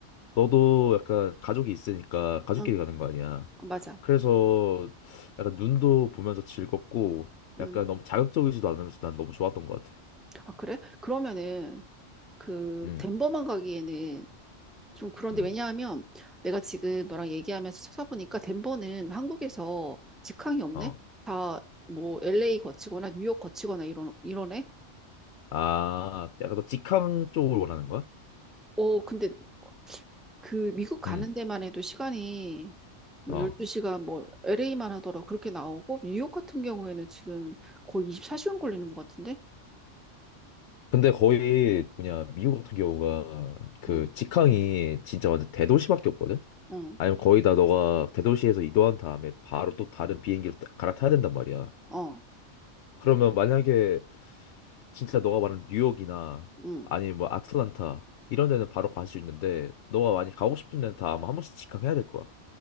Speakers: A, on the left (about 70°); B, in the centre.
A: 너도 약간 가족이 있으니까 가족끼리
B: 응,
A: 가는 거 아니야.
B: 맞아.
A: 그래서 약간 눈도 보면서 즐겁고 약간
B: 음,
A: 너무 자극적이지도 않으면서 난 너무 좋았던 것 같아.
B: 아, 그래? 그러면은, 그,
A: 응,
B: 덴버만 가기에는 좀 그런데
A: 응,
B: 왜냐하면 내가 지금 너랑 얘기하면서 찾아보니까 덴버는 한국에서 직항이 없네?
A: 어.
B: 다 뭐 LA 거치거나 뉴욕 거치거나 이러, 이러네?
A: 아, 약간 너 직항 쪽을 원하는 거야?
B: 어, 근데 그 미국 가는
A: 응,
B: 데만 해도 시간이 뭐
A: 어.
B: 12시간 뭐 LA만 하더라 그렇게 나오고 뉴욕 같은 경우에는 지금 거의 24시간 걸리는 것 같은데?
A: 근데 거의 뭐냐 미국 같은 경우가 그
B: 어,
A: 직항이 진짜 완전 대도시밖에 없거든.
B: 어,
A: 아니면 거의 다 너가 대도시에서 이동한 다음에 바로 또 다른 비행기로 따- 갈아타야 된단 말이야.
B: 어,
A: 그러면 만약에 진짜 너가 말하는 뉴욕이나
B: 응.
A: 아니면 뭐 아틀란타 이런 데는 바로 갈 수 있는데 너가 많이 가고 싶은 데는 다 아마 한 번씩 직항해야 될 거야.